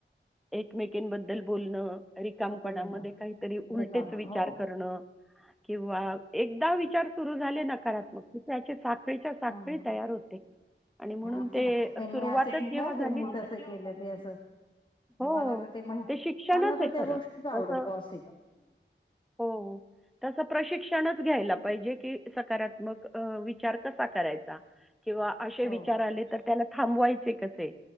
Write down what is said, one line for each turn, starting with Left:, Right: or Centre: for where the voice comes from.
Centre: एकमेकीबद्दल बोलणं रिकामपणामध्ये
Left: पूर्ण
Centre: काहीतरी उलटेच
Left: रिकामा
Centre: विचार
Left: हो
Centre: करणं किंवा एकदा विचार सुरू झाले नकारात्मक त्यांचे सात साखळी
Left: हं
Centre: तयार होते आणि म्हणून
Left: हां, असं
Centre: ते
Left: ना त्यांनी
Centre: सुरुवातच
Left: असं केलं
Centre: जेव्हा झाली
Left: त्यांनी
Centre: ना
Left: तसं केलं ते असं
Centre: हो
Left: मला तर माहित
Centre: ते शिक्षणच
Left: मला
Centre: आहे
Left: तर त्या
Centre: खरं
Left: गोष्टीच आवडत
Centre: तसं
Left: गॉसिप
Centre: हो तसं प्रशिक्षणच घ्यायला पाहिजे कि कि सकारात्मक विचार कसा करायचा किंवा असे
Left: हो
Centre: विचार
Left: हो
Centre: आले तर त्याला थांबवायचे हे कसेय